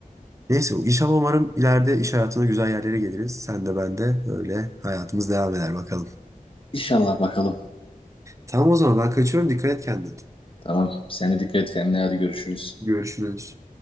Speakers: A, on the right; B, on the left.
A: Neyse inşallah umarım ileride iş hayatına güzel yerlere geliriz. Sen de ben de öyle hayatımız devam eder bakalım.
B: İnşallah bakalım.
A: Tamam o zaman ben kaçıyorum. Dikkat et kendine.
B: Tamam. Sen de dikkat et kendine. Hadi görüşürüz.
A: Görüşürüz.